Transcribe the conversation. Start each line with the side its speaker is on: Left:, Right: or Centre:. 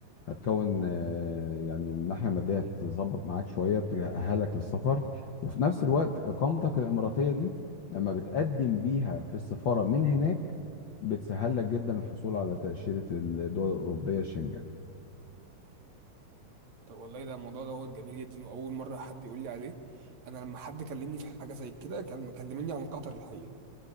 Left: هتكون آه، يعني من ناحيه ماديه تظبط معاك شويه تأهلك للسفر وفي نفس الوقت اقامتك الاماراتيه دي لما بتقدم بيها في السفاره من هناك بتسهل لك جدا الحصول على تأشيرة الدول الأوروبية شنجن
Right: طب والله ده الموضوع دوت جميل جدا واول مره حد يقول لي عليه انا لما حد كلمني في حاجه زي كده كان مكلمني عن قطر الحقيقه